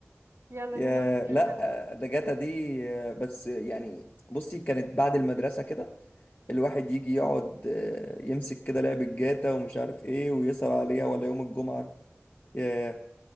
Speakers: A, on the right; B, on the left.
A: يلا
B: يا
A: نلعب جاتا
B: لا آه، ده جاتا دي آه، بس يعني بصي كانت بعد المدرسة كده الواحد يجي يقعد آه، يمسك كده لعبة جاتا ومش عارف ايه ويسهر عليها ولا يوم الجمعة ياه